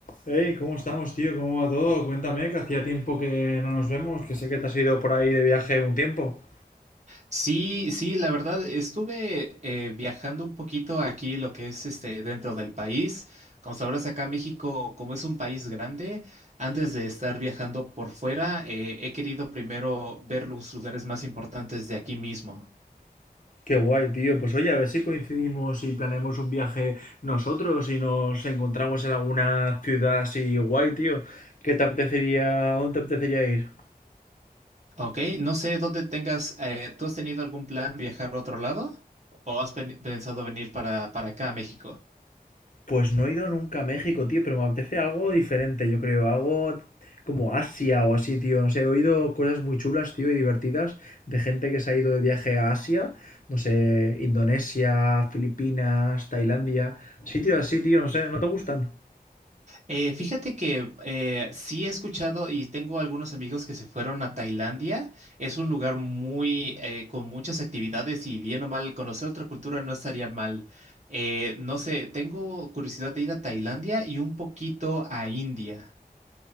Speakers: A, on the left; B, on the right.
A: Hey, ¿cómo estamos, tío? ¿Cómo va todo? Cuéntame, que hacía tiempo que no nos vemos, que sé que te has ido por ahí de viaje un tiempo.
B: Sí, sí, la verdad, estuve eh, viajando un poquito aquí, lo que es este, dentro del país. Como sabrás, acá México, como es un país grande, antes de estar viajando por fuera, eh, he querido primero ver los lugares más importantes de aquí mismo.
A: Qué guay, tío. Pues oye, a ver si coincidimos y planeamos un viaje nosotros y nos encontramos en alguna ciudad así guay, tío. ¿Qué te apetecería, a dónde te apetecería ir?
B: ¿Ok? No sé dónde tengas, eh, ¿tú has tenido algún plan viajar a otro lado? ¿O has pen- pensado venir para, para acá a México?
A: Pues no he ido nunca a México, tío, pero me apetece algo diferente, yo creo, algo como Asia o así, tío. No sé, he oído cosas muy chulas, tío, y divertidas de gente que se ha ido de viaje a Asia, no sé, Indonesia, Filipinas, Tailandia, sitios así, tío, no sé, ¿no te gustan?
B: Eh, fíjate que eh, sí he escuchado y tengo algunos amigos que se fueron a Tailandia. Es un lugar muy eh, con muchas actividades y bien o mal conocer otra cultura no estaría mal. Eh, no sé, tengo curiosidad de ir a Tailandia y un poquito a India.